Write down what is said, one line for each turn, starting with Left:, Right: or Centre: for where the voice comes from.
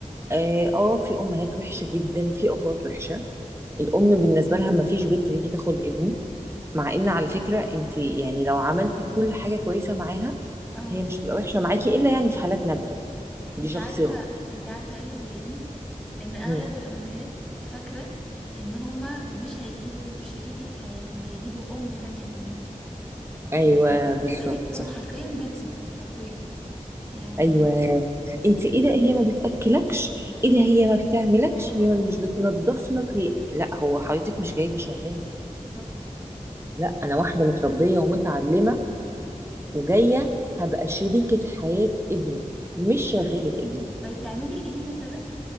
Right: آه, آه في أمهات وحشة جدا وفي أبوات وحشة الأم بالنسبة لها ما فيش بنت تيجي تاخد ابني مع إن على فكرة أنت يعني لو عملتي كل حاجة كويسة معاها
Centre: اه
Right: هي مش تبقى وحشة معاكي إلا يعني في حالات نادرة دي
Centre: انت
Right: شخصيات
Centre: عارفه انت عارفه ايه اللي بيضايقني ان اغلب
Right: مم.
Centre: الامهات فاكره ان هما مش هيجيبوا شريكه حياه هما هيجيبوا ام تانية لابنهم
Right: أيوه
Centre: يعني
Right: بالظبط
Centre: بيبي بص حرفيا بيبي سيتر حرفيا يعني
Right: ايوه انت ايه ده هي ما بتاكلكش ايه ده هي ما بتعملكش
Centre: اه
Right: هي ما مش
Centre: اه
Right: بتنظف لك هي... لا هو حضرتك مش جايبه شغاله
Centre: بالظبط
Right: لا انا واحده متربيه ومتعلمه وجايه هبقى شريكه حياه ابنك مش شغاله ابنك
Centre: طيب تعملي ايه مثلا